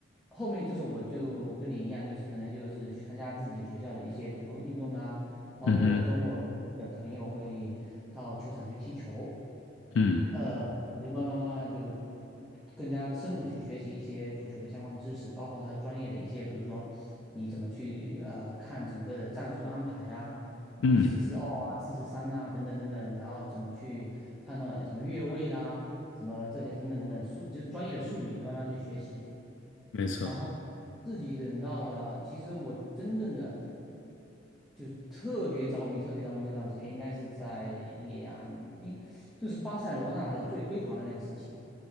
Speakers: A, in the centre; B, on the left (about 75°).
A: 后面就是我就跟你一样，就是可能就是去参加自己学校的一些足球运动啦，包括周末的朋友会到球场去踢球，
B: 嗯哼，嗯
A: 呃，我就慢慢慢慢的就更加深入去学习一些足球的相关知识，包括它专业的一些，比如说你怎么去呃看整个的战术安排啊，
B: 嗯，
A: 比如四十二啊、四十三啊等等等等，然后怎么去判断呃什么越位啦。什么这些等等等等术，就是专业的术语，你慢慢去学习。
B: 没错，
A: 然后自己等到了，其实我真正的就特别着迷、特别着迷那段时间，应该是在两，应就是巴塞罗那的最辉煌的那个时期。